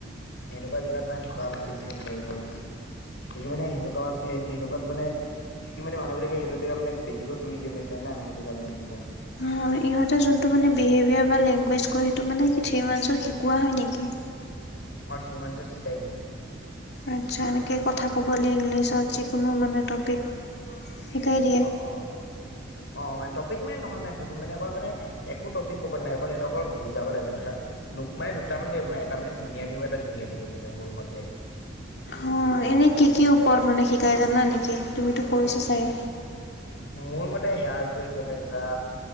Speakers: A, on the left; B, on the left.
A: এনেকুৱা জেগাত মানে থকা বেছি <unintelligible> কিন্তু মানে সেনেকুৱা এ, তেনেকুৱাত মানে কি কি মানে মানুহ বিলাকে হেটো জেগা মানে বেছিকৈ টুৰিজিমে চাই না হেটো কাৰণে মানে ধৰা।
B: হয় ইহঁতে যোনটো মান বিহেভিয়াৰ বা লেংগুৱেজ কয় সেইটো মানে কি থ্ৰী মানচৰ কোৱা হয় নেকি?
A: অথ সিমানজত শিকাই দিয়ে।
B: আচ্ছা এনেকৈ কথা ক'বলৈ ইংলিছত যিকোনো মানে টপিক শিকাই দিয়ে।
A: অ অ অ' মান টপিক মানে নহয় মান তুমি মানে অকল মানে একো টপিক ক'ব নালাগে অকল এনকল বুজাব লাগেন ধৰা মানে দুটামান থাকিব এটা মানে চিনিয়াৰ থাকিব, এটা জুনিয়াৰ দিব মানে মোৰ মতে।
B: অ' এনেই কি কি ওপৰত মানে শিকাই জানা নেকি? তুমিতো কৰিছা চাগে।
A: মোৰ মতে হেয়াৰ বিষয়ে কিবা ধৰা